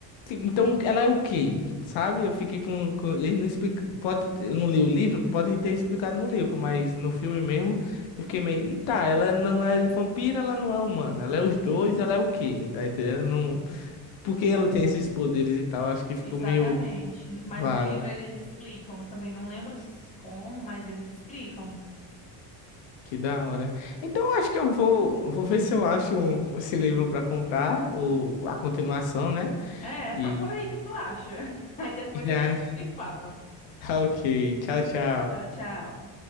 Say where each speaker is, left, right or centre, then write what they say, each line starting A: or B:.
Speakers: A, on the left (about 75°); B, on the left (about 15°).
A: então, ela é o quê? Sabe? Eu fiquei com, com- eles não explicam, pode, eu não li o livro, podem ter explicado no livro, mas no filme mesmo, eu fiquei meio, "E tá, ela não é vampira, ela não é humana, ela é os dois, ela é o quê? Tá entendendo? Não, porque ela tem esses poderes e tal, acho que ficou
B: Exatamente.
A: meio
B: N- Mas
A: vago.
B: no livro eles explicam. Eu também não lembro s- como, mas eles explicam.
A: Que da hora. Então, eu acho que eu vou, vou ver se eu acho um- esse livro pra comprar, o, a continuação, né?
B: É,
A: E
B: procura aí que tu acha. <laughs> Aí depois
A: <laughs> já,
B: a gente se fala.
A: tá ok. Tchau, tchau.
B: Tchau, tchau.